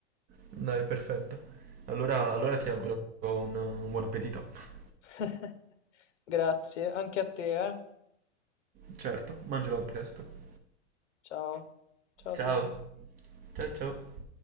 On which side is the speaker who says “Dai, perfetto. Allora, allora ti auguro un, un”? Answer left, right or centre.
Right